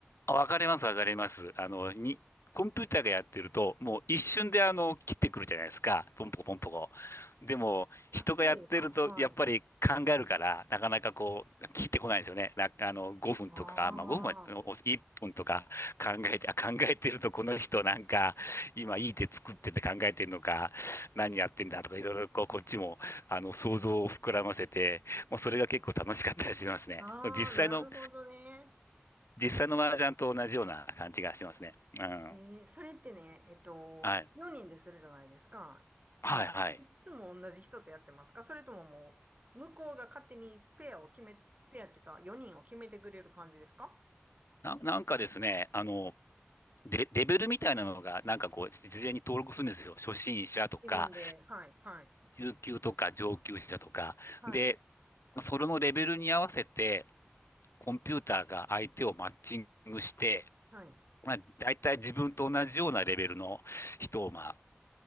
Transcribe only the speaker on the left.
あ、わかります、わかります。あの、に、コンピューターがやってると、もう一瞬であの、切ってくるじゃないですか。ポンポコポンポコ。でも、人がやってると、
やっぱり考えるから、なかなかこう、切ってこないんですよね。な、あの、5分とか、
まあ5分は、
お1分とか考えて、あ、考えてると、この人なんか、今いい手作ってて考えてるのか、何やってんだとか、いろいろこう、こっちも、あの、想像を膨らませて、もうそれが結構楽しかったりしますね。
実際の
実際の麻雀と同じような感じがしますね。うん。
はい。
はい、
はい。
な、なんかですね、あの、レ、レベルみたいなのが、なんかこう、事前に登録するんですよ。初心者とか、
中級とか、上級者とか。
で、それのレベルに合わせて、コンピューターが相手をマッチングして、
まあ、大体自分と同じようなレベルの人を、まあ、